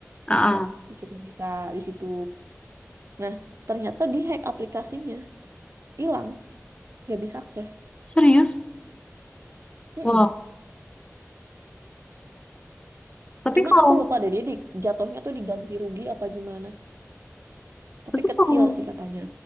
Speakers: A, on the left; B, on the right.
A: Ah,
B: Kayak
A: ah.
B: kita bisa di situ. Nah, ternyata di-hack aplikasinya. Hilang, gak bisa akses.
A: Serius?
B: Mm-mm.
A: Wow. Tapi
B: Cuman
A: kalau
B: aku lupa deh dia di, jatuhnya tuh diganti rugi apa gimana. Tapi
A: tapi
B: kecil
A: kalau
B: sih katanya.